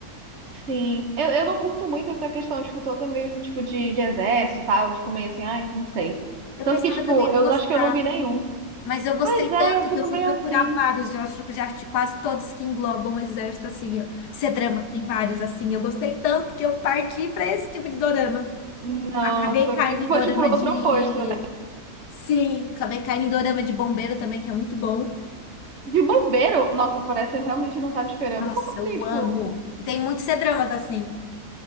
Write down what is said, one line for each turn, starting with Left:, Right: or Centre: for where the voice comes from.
Right: Sim, eu, eu não curto muito essa questão, tipo, toda mesmo, tipo, de, de exército e tal. Eu fico meio assim, ai, não sei.
Left: Eu
Right: Tanto
Left: pensava
Right: que, tipo,
Left: que eu não ia
Right: eu
Left: gostar.
Right: não- acho que eu não vi nenhum.
Left: Mas eu gostei
Right: Pois é,
Left: tanto
Right: eu fico
Left: que eu
Right: meio
Left: fui procurar
Right: assim.
Left: vários. Eu acho que eu já assisti quase todos que englobam o exército, assim. eu- Esse drama que tem vários, assim. Eu gostei tanto que eu parti pra esse tipo de dorama.
Right: Nossa,
Left: Acabei caindo
Right: que tu
Left: em
Right: foste
Left: dorama
Right: pro
Left: de.
Right: outro oposto, né?
Left: Sim, acabei caindo em dorama de bombeiro também, que é muito bom.
Right: De bombeiro, nossa, parece que eu realmente não tava esperando.
Left: Nossa,
Right: Como assim,
Left: eu
Right: tipo?
Left: amo. E tem muitos C-dramas assim.